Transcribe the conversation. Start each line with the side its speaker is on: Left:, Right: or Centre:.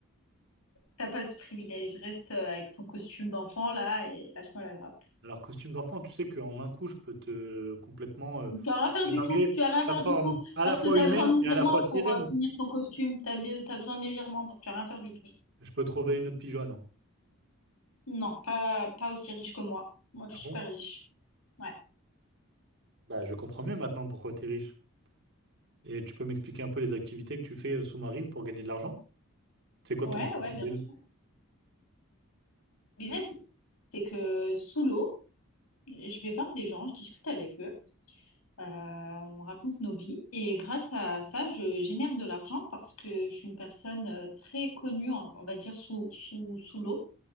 Left: T'as pas ce privilège. Reste euh, avec ton costume d'enfant là et lâche-moi la grappe.
Right: Alors, costume d'enfant, tu sais qu'en un coup, je peux te complètement euh,
Left: Tu as rien à faire
Right: désinguer
Left: du tout, tu as rien à faire
Right: la forme
Left: du tout,
Right: à
Left: parce
Right: la fois
Left: que tu as
Right: humaine
Left: besoin de mes
Right: et
Left: virements
Right: à la fois sirène.
Left: pour euh, finir ton costume, tu as, besoin de mes virements, donc tu as rien à faire du tout.
Right: Je peux trouver une autre pigeonne. hein.
Left: Non, pas, pas aussi riche que moi. Moi, je
Right: Ah
Left: suis
Right: bon?
Left: super riche. Ouais,
Right: Bah, je comprends mieux maintenant pourquoi t'es riche. Et tu peux m'expliquer un peu les activités que tu fais euh, sous-marine pour gagner de l'argent? C'est quoi
Left: ouais,
Right: ton business
Left: ouais,
Right: model?
Left: bien sûr. business, c'est que sous l'eau, je vais voir des gens, je discute avec eux, euh, on raconte nos vies, et grâce à ça, je génère de l'argent parce que je suis une personne euh, très connue, on on va dire, sous, sous, sous l'eau.